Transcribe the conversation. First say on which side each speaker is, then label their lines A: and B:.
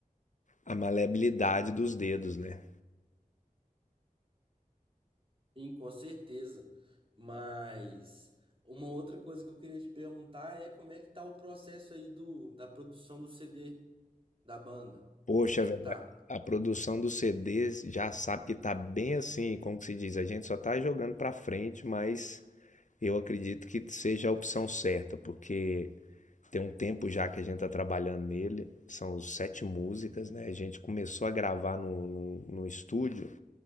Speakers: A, on the left (about 60°); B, on the right (about 40°).
A: a maleabilidade dos dedos, né?
B: Sim, com certeza. Mas uma outra coisa que eu queria te perguntar é como é que tá o processo aí do, da produção do CD da banda?
A: Poxa,
B: Como é
A: velho,
B: que tá?
A: a produção dos CDs já sabe que tá bem assim, como que se diz? A gente só tá jogando pra frente, mas eu acredito que seja a opção certa, porque. Tem um tempo já que a gente tá trabalhando nele, são sete músicas, né? A gente começou a gravar no, no, no estúdio